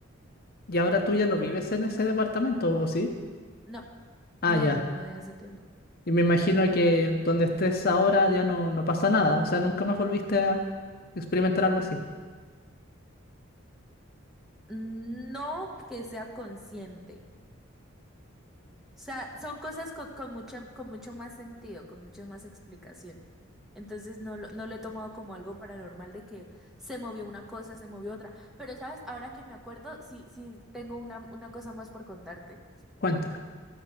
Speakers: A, on the left; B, in the centre.
A: Y ahora tú ya no vives en ese departamento, ¿o sí?
B: No,
A: Ah,
B: no
A: ya.
B: me mudé hace tiempo.
A: Y me imagino que donde estés ahora ya no, no pasa nada. O sea, nunca más volviste a experimentar algo así.
B: No que sea consciente. O sea, son cosas con, con mucha, con mucho más sentido, con mucha más explicación. Entonces no lo, no lo he tomado como algo paranormal de que se movió una cosa, se movió otra. Pero sabes, ahora que me acuerdo, sí, sí tengo una, una cosa más por contarte.
A: Cuéntame.